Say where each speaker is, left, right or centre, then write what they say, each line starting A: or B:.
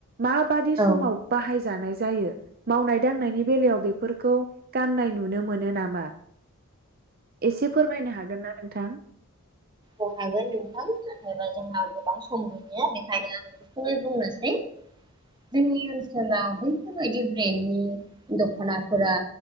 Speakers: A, on the right (about 45°); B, on the right (about 20°).
A: माबादि
B: औ
A: समाव बाहायज जानाय जायो मावनाय दांनायनि बेलायाव बेफोरखौ गाननाय नुनो मोनो नामा? एसे फोरमायनो हागोनना नोंथां?
B: अ हागोन नोंथां नाथायबा जोंहा गोबां सम गैलिया बेखायनो आं गुसुंङै बुंनोसै जोंनि ओनसोलाव बैफोरबायदि ब्रेन्डनि दख'नाफोरा